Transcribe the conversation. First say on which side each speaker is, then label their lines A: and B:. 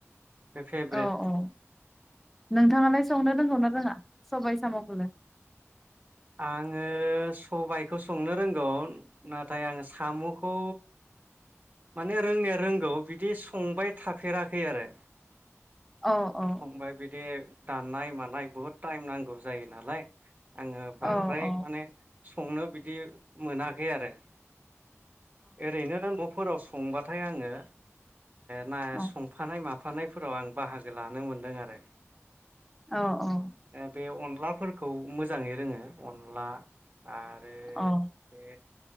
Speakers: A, on the right (about 35°); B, in the centre.
A: बे फेभरेट
B: औ औ नोंथाङालाय संनो रोंगौना रोङा? सबाय साम'खौल
A: आङो सबायखौ संनो रोंगौ नाथाय आं साम'खौ माने रोंनाया रोंगौ बिदि संबाय थाफेराखै आरो
B: औ औ
A: फंबाय बिदि दाननाय मानाय बहुद टाइम नांगौ जायो नालाय आङो बांद्राय
B: औ औ
A: माने संनो बिदि मोनाखै आरो ओरैनो न फ्राव संबाथाय आङो ना
B: औ
A: संफानाय मा फानायफोराव आं बाहागो लानो मोन्दों आरो
B: औ औ
A: बे अनलाफोरखौ मोजाङै रोङो अनला आरो
B: ओ
A: बे